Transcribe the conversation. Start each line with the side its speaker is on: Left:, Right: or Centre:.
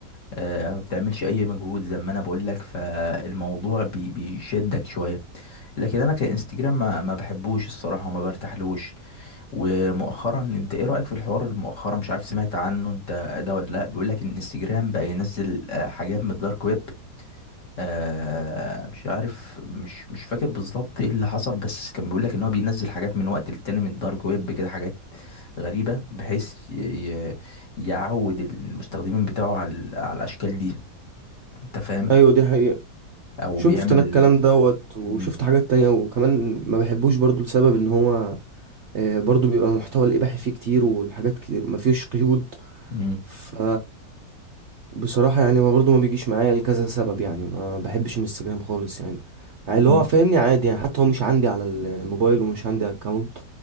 Left: آه ما بتعملش اي مجهود زي ما انا بقول لك فالموضوع بي بيشدك شويه لكن انا كانستجرام ما, ما بحبوش الصراحه وما برتاحلوش ومؤخرا انت ايه رايك في الحوار المؤخرا مش عارف سمعت عنه انت ده ولا لا بيقول لك ان انستجرام بقى ينزل آه، حاجات من الدارك ويب آه مش عارف مش مش فاكر بالظبط ايه اللي حصل بس كان بيقول لك ان هو بينزل حاجات من وقت للتاني من الدارك ويب كده حاجات غريبة بحيث ي- ي- يعود المستخدمين بتاعه على على الاشكال دي انت فاهم
Right: ايوه دي حقيقة
Left: او
Right: شفت
Left: بيعمل
Right: انا الكلام دوت وشفت
Left: مم.
Right: حاجات تانية وكمان ما بحبوش برضه لسبب ان هو آه، برضه بيبقى محتوى الاباحي فيه كتير والحاجات كتير ما فيهوش قيود
Left: مم.
Right: ف بصراحة يعني ما برضو ما بيجيش معايا لكذا سبب يعني ما بحبش الانستجرام خالص يعني يعني اللي
Left: مم.
Right: هو فاهمني عادي يعني حتى هو مش عندي على الموبايل ومش عندي اكونت